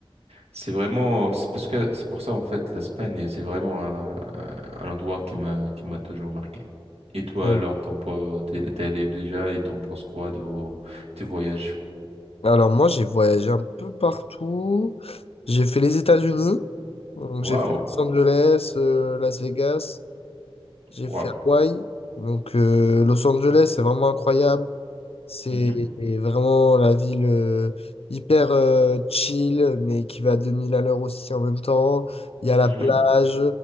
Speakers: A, on the right; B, on the left.
A: C'est vraiment, c'est parce que c'est pour ça en fait l'Espagne, c'est vraiment un, un- endroit qui m'a qui m'a toujours marqué. Et toi
B: Euh,
A: alors, t'en pe- t'es t'es allé déjà et t'en penses quoi de tes voyages?
B: Alors moi, j'ai voyagé un peu partout. J'ai fait les États-Unis. Donc j'ai
A: Waouh,
B: fait Los Angeles, euh, Las Vegas. J'ai
A: waouh.
B: fait Hawaï. Donc euh, Los Angeles, c'est vraiment incroyable. C'est
A: Mhm,
B: vraiment la ville euh, hyper euh, chill, mais qui va à 2000 à l'heure aussi en même temps. Il y a la
A: mhm,
B: plage,